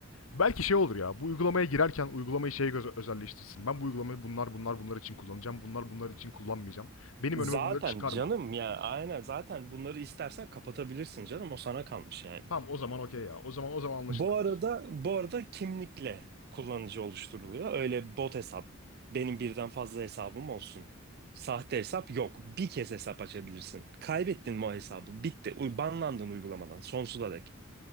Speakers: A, on the left; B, on the right.
A: Belki şey olur ya, bu uygulamaya girerken uygulamayı şeye göz özelleştirsin. Ben bu uygulamayı bunlar bunlar bunlar için kullanacağım, bunlar bunlar için kullanmayacağım. Benim
B: Zaten
A: önüme bunları çıkarma.
B: canım ya aynen zaten bunları istersen kapatabilirsin canım. O sana kalmış yani.
A: Tamam o zaman okey ya. O zaman o zaman anlaşılabilir.
B: Bu arada bu arada kimlikle kullanıcı oluşturuluyor. Öyle bot hesap, benim birden fazla hesabım olsun. Sahte hesap yok. Bir kez hesap açabilirsin. Kaybettin mi o hesabı? Bitti. U- Banlandın uygulamadan sonsuza dek.